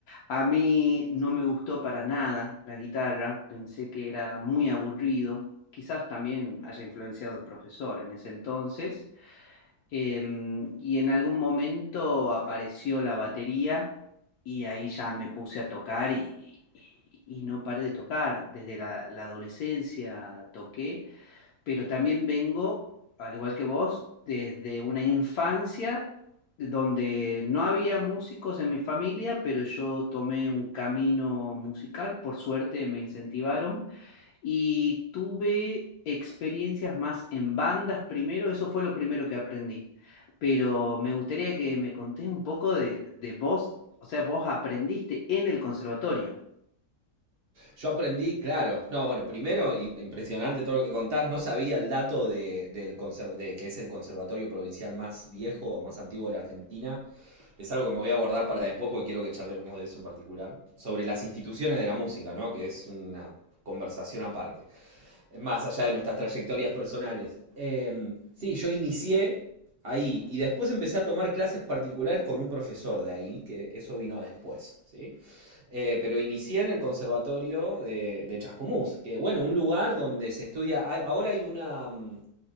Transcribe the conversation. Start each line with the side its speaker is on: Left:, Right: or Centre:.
Left: a mí no me gustó para nada la guitarra, pensé que era muy aburrido. Quizás también haya influenciado el profesor en ese entonces. Em, y en algún momento apareció la batería y ahí ya me puse a tocar y, y- y no paré de tocar. Desde la, la adolescencia toqué, pero también vengo, al igual que vos, desde una infancia donde no había músicos en mi familia, pero yo tomé un camino musical, por suerte me incentivaron y tuve experiencias más en bandas primero, eso fue lo primero que aprendí. Pero me gustaría que me contés un poco de, de vos, o sea, vos aprendiste en el conservatorio.
Right: Yo aprendí, claro, no, bueno, primero, i- impresionante todo lo que contás, no sabía el dato de, del conser- de que es el conservatorio provincial más viejo, más antiguo de la Argentina. Es algo que me voy a guardar para después porque quiero que charlemos de eso en particular. Sobre las instituciones de la música, ¿no? Que es una conversación aparte. más allá de nuestras trayectorias personales. Eh, sí, yo inicié ahí y después empecé a tomar clases particulares con un profesor de ahí, que eso vino después, ¿sí? Eh, pero inicié en el conservatorio de, de Chascomús, que bueno, un lugar donde se estudia, ahora hay una, mm,